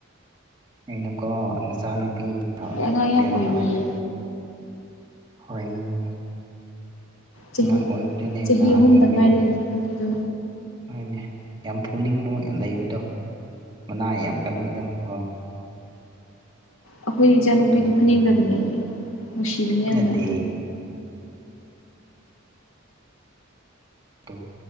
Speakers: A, on the right (about 20°); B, on the left (about 80°).
A: ꯑꯩꯅꯀꯣ ꯅꯆꯥꯅꯨꯄꯤ
B: ꯑꯉꯥꯡ ꯌꯥꯝ
A: ꯕꯦꯝꯃ
B: ꯑꯣꯏꯔꯤꯌꯦ
A: ꯍꯥꯏꯅ ꯍꯣꯏꯅꯦ
B: ꯆꯍꯤ
A: ꯑꯉꯥꯡ ꯑꯣꯏꯕꯗꯨꯅꯦ
B: ꯆꯍꯤ
A: ꯅꯍꯥꯟ
B: ꯑꯍꯨꯝꯗ
A: ꯎꯔꯤꯗꯣ
B: ꯉꯥꯏꯔꯤꯗ ꯏꯆꯥ ꯅꯨꯄꯤꯗꯣ
A: ꯍꯣꯏꯅꯦ ꯌꯥꯝ ꯐꯨꯅꯤꯡꯕ ꯂꯩꯕꯗꯣ ꯃꯅꯥ ꯌꯥꯝ ꯀꯟꯕꯗꯣ ꯑꯣ
B: ꯑꯩꯈꯣꯏ ꯏꯆꯥꯅꯨꯄꯤꯗꯤ
A: ꯑꯗꯨꯅꯅꯤ
B: ꯐꯨꯅꯤꯡꯗꯕꯅ‌ꯦ ꯅꯨꯡꯁꯤꯕꯅ‌ꯦ ꯌꯥꯝꯅ
A: ꯅꯠꯇꯦ ꯑꯗꯨ